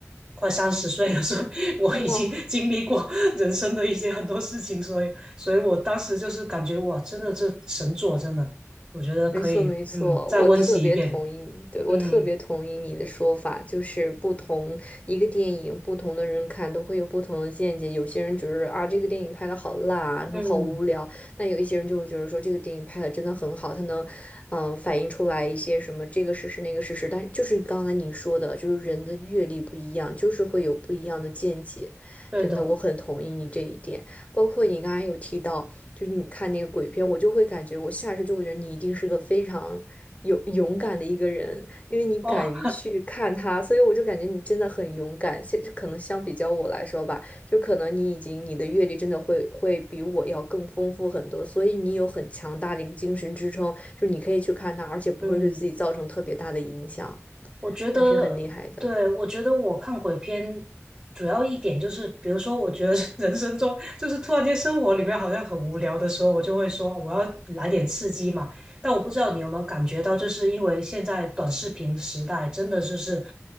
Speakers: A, on the right; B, on the left.
A: 快三十岁了，所以我已经
B: 哇。
A: <laughs> 经历过人生的一些很多事情，所以，所以我当时就是感觉哇，真的这神作，真的，我觉得可以，
B: 没错，没错，
A: 嗯，再温习一遍，
B: 我特别同意你，对，我特别同意你的说法，
A: 嗯
B: 就是不同一个电影，不同的人看都会有不同的见解。有些人觉得啊，这个电影拍的好烂啊，
A: 嗯，
B: 好无聊；但有一些人就会觉得说，这个电影拍的真的很好，它能，嗯、反映出来一些什么这个事实那个事实。但就是刚才你说的，就是人的阅历不一样，就是会有不一样的见解。
A: 对的，
B: 真的，我很同意你这一点。包括你刚才有提到。就是你看那个鬼片，我就会感觉，我下意识就会觉得你一定是个非常勇勇敢的一个人，因为你敢于去看它，
A: 哦，
B: 所以我就感觉你真的很勇敢。现可能相比较我来说吧，就可能你已经你的阅历真的会会比我要更丰富很多，所以你有很强大的一个精神支撑，就你可以去看它，而且不会对自己造成特别大的影响，
A: <laughs> 嗯。我觉得，
B: 还是很厉害的。
A: 对，我觉得我看鬼片主要一点就是，比如说，我觉得 <laughs> 人生中就是突然间生活里面好像很无聊的时候，我就会说我要来点刺激嘛。但我不知道你有没有感觉到，就是因为现在短视频时代，真的就是